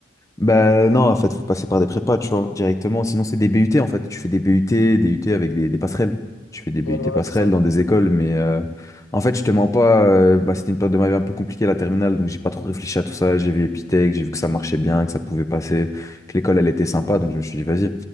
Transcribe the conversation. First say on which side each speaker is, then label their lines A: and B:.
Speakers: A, on the left (about 15°); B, on the left (about 65°).
A: Bah non, en fait, faut passer par des prépas, tu vois, directement. Sinon, c'est des BUT, en fait. Tu fais des BUT, des UT avec des, des passerelles. Tu fais des BUT
B: Ouais, voilà,
A: passerelles
B: c'est ça.
A: dans des écoles, mais euh, en fait, je te mens pas, euh, bah, c'était une période de ma vie un peu compliquée, la terminale, donc j'ai pas trop réfléchi à tout ça. J'ai vu Epitech, j'ai vu que ça marchait bien, que ça pouvait passer, que l'école, elle était sympa, donc je me suis dit, vas-y.